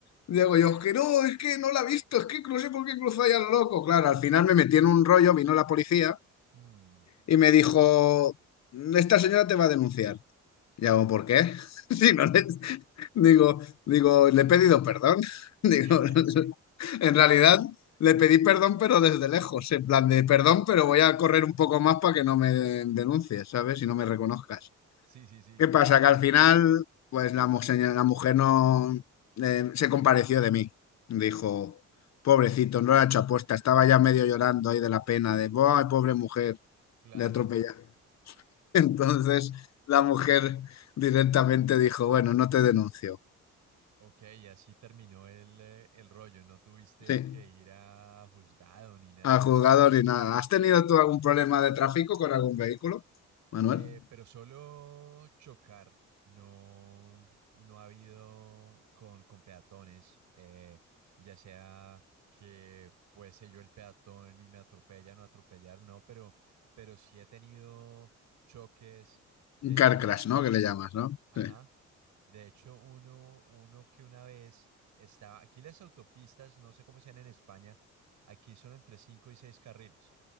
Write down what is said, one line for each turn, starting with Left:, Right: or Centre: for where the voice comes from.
Left: Digo yo, que no, es que no la ha visto, es que no sé por qué cruzó ahí a lo loco. Claro, al final me metí en un rollo, vino la policía
Right: Mm,
Left: y me dijo, esta señora te va a denunciar. Y hago,
Right: ok.
Left: ¿por qué? <laughs> Si no le- digo, digo, le he pedido perdón. <laughs> Digo,
Right: <laughs>
Left: en realidad le pedí perdón, pero desde lejos, en plan de perdón,
Right: Claro.
Left: pero voy a correr un poco más para que no me denuncies, ¿sabes? Y no me reconozcas.
Right: Sí, sí, sí.
Left: ¿Qué pasa? Que al final, pues la, mu- señora- la mujer no
Right: Mm,
Left: eh, se compareció de mí. Dijo, pobrecito, no lo ha hecho aposta, estaba ya medio llorando ahí de la pena, de, ¡ay, pobre mujer!
Right: Claro.
Left: Le atropella. <laughs> Entonces la mujer directamente dijo, bueno, no te denuncio.
Right: Ok, y así terminó el, eh, el rollo. No tuviste
Left: Sí,
Right: que ir a juzgado ni nada,
Left: al juzgador
Right: ¿no, Toto?
Left: ni nada. ¿Has tenido tú algún problema de tráfico con algún vehículo, Manuel?
Right: Eh, pero solo chocar, no, no ha habido con, con peatones, eh, ya sea que fuese yo el peatón y me atropellan o atropellar, no, pero, pero sí he tenido choques. De
Left: Un
Right: hecho,
Left: car
Right: uno,
Left: crash, ¿no? Que le llamas, ¿no?
Right: ajá,
Left: Sí.
Right: de hecho, uno, uno que una vez estaba, aquí las autopistas, no sé cómo sean en España, aquí son entre 5 y 6 carriles.